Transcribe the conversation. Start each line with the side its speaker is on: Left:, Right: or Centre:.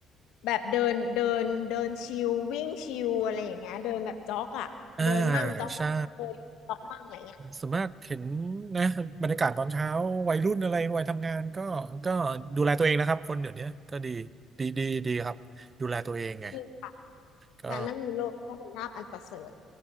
Left: แบบเดินเดินเดินชิลวิ่งชิลอะไรอย่างเงี้ยเดินแบบจ็อกอ่ะเดินมั่งจ็อกเดินจ็อกมั่งอะไรเงี้ย
Right: อ่าใช่ส่วนมากเห็นนะบรรยากาศตอนเช้าวัยรุ่นอะไรวัยทำงานก็ก็ดูแลตัวเองนะครับคนเดี๋ยวนี้ก็ดีดีดีดีครับดูแลตัวเองไง
Left: จริงค่ะ
Right: ก็
Left: การไม่มีโรคเป็นลาภอันประเสริฐ